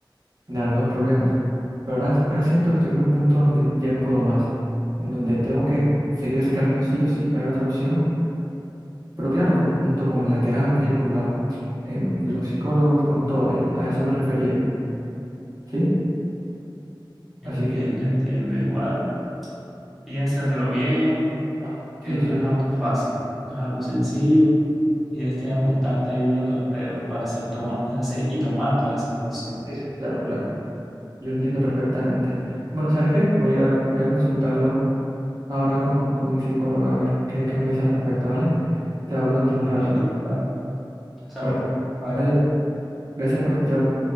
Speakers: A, on the right; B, in the centre.
A: generar nuevos problemas. Pero ahora, ahora siento que estoy en un punto donde ya no puedo más, en donde tengo que seguir ese camino sí o sí, no hay otra opción. Pero claro, con- junto con la terapia, con la, em, los psicólogos, con todo, ya, a eso me refería, ¿sí?
B: Entiende,
A: Así que,
B: entiende. Igual, piénsatelo bien,
A: ah,
B: que
A: sí,
B: no
A: sí,
B: es algo fácil, no es algo sencillo y es tener bastante ayuda a tu alrededor para hacer, toma, hacer y tomar todas esas decisiones.
A: sí, sí, claro, claro, yo lo entiendo perfectamente. Bueno, ¿sabes qué? Voy a, voy a consultarlo ahora con, con mi psicóloga, a ver qué, qué me dice al respecto, ¿vale? Te hablo dentro de un rato.
B: ¿Entiendo? Vale. Hasta
A: Bueno,
B: luego. Bye.
A: adiós, gracias por escucharme.